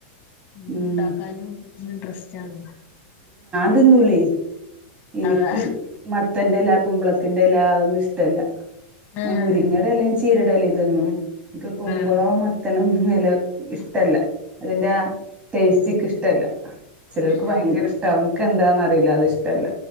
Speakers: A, on the left; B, on the right.
A: നമക്ക്
B: ഉം
A: ഉണ്ടാക്കാനും ഇൻട്രസ്റ്റ് ആണ്
B: തിന്നൂലെ എനിക്ക്
A: അതാ
B: മത്തന്റെല കുമ്പളത്തിന്റെ ഇല അതൊന്നും ഇഷ്ടല്ല ഞാൻ
A: ആഹ്
B: മുരിങ്ങടെ ഇലയും ചീരയുടെ അല തിന്നും എനിക്ക് കുമ്പളോ
A: ആഹ് ആഹ്
B: മത്തനോ ഒന്നും വില ഇഷ്ടല്ല അതിന്റെ ടേസ്റ്റിക്ക് ഇഷ്ടല്ല ചിലർക്ക്
A: ആഹ്
B: ഭയങ്കര
A: ആഹ്
B: ഇഷ്ടാവും ഇങ്ക് എന്താന്ന അറിയില്ല അത് ഇഷ്ടല്ല